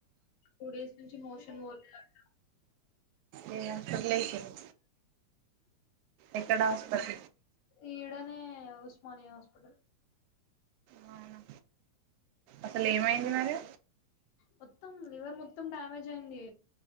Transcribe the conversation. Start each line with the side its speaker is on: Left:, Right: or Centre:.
Left: టూ డేస్ నుంచి మోషన్ పోలేదంట
Right: ఏ హాస్పిటల్ ఏసిర్రు ఎక్కడ హాస్పిటల్
Left: ఇడనే ఉస్మానియా హాస్పిటల్
Right: అవునా అసలు ఏమైంది మరి
Left: మొత్తం లివర్ మొత్తం డ్యామేజ్ అయింది